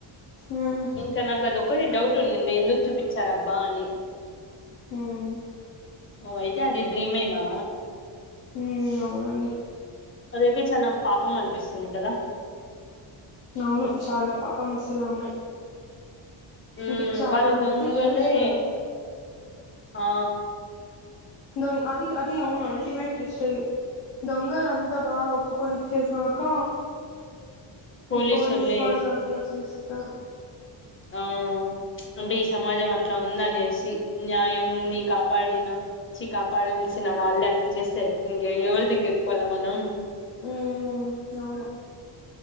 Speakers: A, on the left; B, on the left.
A: మ్మ్
B: ఇంకా నాకు అదొక్కటి డౌట్ ఉండిండే ఎందుకు చూపించారబ్బా అని
A: ఉమ్మ్
B: ఓ అయితే అది డ్రీమేనా
A: ఉమ్మ్ అవునండి
B: అదైతే చానా పాపం అనిపిస్తుంది కదా
A: అవును చాలా పాపం అసలు అమ్మాయి
B: ఉమ్
A: అంటే చాలా
B: వాళ్ళు
A: హెల్త్
B: దొంగలే
A: ఇష్యూస్ కదా
B: ఆ
A: దొం అది అది అవును అల్టిమేట్ ట్విస్ట్ అది దొంగలు అంతా బాగా ఒప్పుకొని ఇచ్చేసినాక
B: పోలీసోళ్ళే
A: ఈ పోలీసు వాళ్ళు అట్లా చేస్తరు
B: ఆ అంటే ఈ సమాజం అట్లా ఉందనేసి న్యాయం ని కాపాడినా చి కాపాడాల్సిన వాళ్ళే అట్లా చేస్తే ఇంక ఎవరి దగ్గరకి పోవాలే మనం
A: ఉమ్ అవును